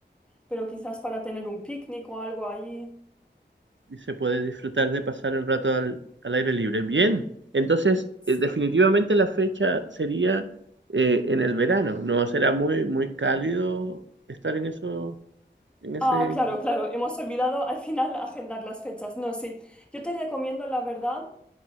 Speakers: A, in the centre; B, on the right.
A: pero quizás para tener un picnic o algo ahí.
B: y se puede disfrutar de pasar el rato al, al aire libre. Bien, entonces
A: Sí.
B: eh, definitivamente la fecha sería eh, en el verano, ¿no? Será muy, muy cálido estar en eso, en ese,
A: Ah, claro, claro, hemos olvidado al final agendar las fechas. No, sí, yo te recomiendo, la verdad.